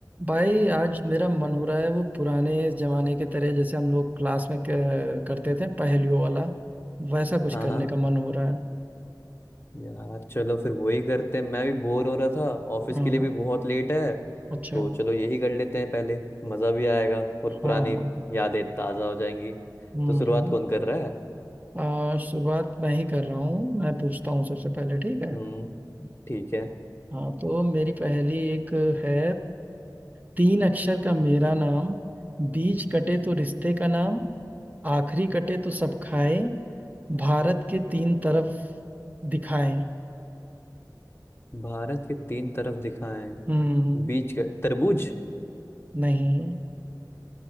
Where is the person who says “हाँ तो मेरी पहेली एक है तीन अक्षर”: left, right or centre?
Right